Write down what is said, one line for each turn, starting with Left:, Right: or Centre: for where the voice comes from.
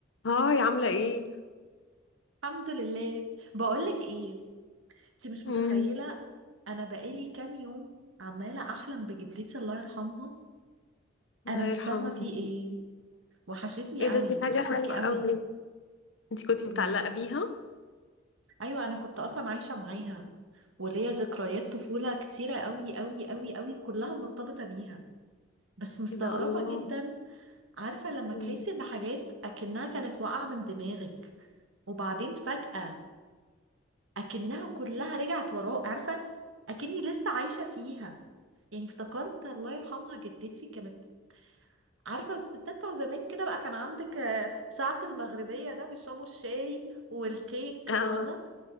Left: هاي عاملة ايه
Right: الحمد لله بقولك ايه انت مش متخيله
Left: امم
Right: انا بقالي كام يوم عماله احلم بجدتي الله يرحمها
Left: الله
Right: انا مش
Left: يرحمها
Right: فاهمه في ايه وحشتني
Left: ايه
Right: قوي
Left: ده دي حاجة
Right: وحشتني
Left: حلوة
Right: قوي
Left: قوي انتي كنتي متعلقة
Right: مم.
Left: بيها
Right: ايوه انا كنت اصلا عايشه معاها وليا ذكريات طفوله كتيره قوي قوي قوي قوي كلها مرتبطه بيها بس مستغربه
Left: ايه ده الله
Right: جدا عارفه لما
Left: مم.
Right: تحسي ان حاجات اكنها كانت واقعه من دماغك وبعدين فجأة اكنها كلها رجعت وراه عارفه اكني لسه عايشه فيها يعني افتكرت الله يرحمها جدتي كانت عارفه الستات بتوع زمان كده بقى كان عندك آه، ساعه المغربيه ده بيشربوا الشاي والكيك
Left: اه
Right: فاهمه